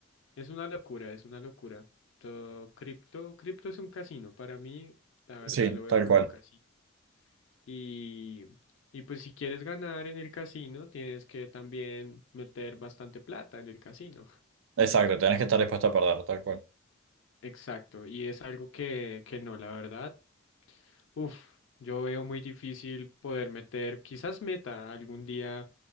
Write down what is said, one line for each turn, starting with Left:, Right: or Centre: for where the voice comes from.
Left: Es una locura, es una locura. Todo cripto, cripto es un casino. Para mí, la verdad,
Right: sí,
Left: lo veo
Right: tal
Left: como
Right: cual.
Left: un casino. Y, y pues si quieres ganar en el casino, tienes que también meter bastante plata en el casino. <laughs>
Right: Exacto, tenés que estar dispuesto a perder, tal cual.
Left: Exacto. Y es algo que, que no, la verdad. Uf, yo veo muy difícil poder meter, quizás meta algún día,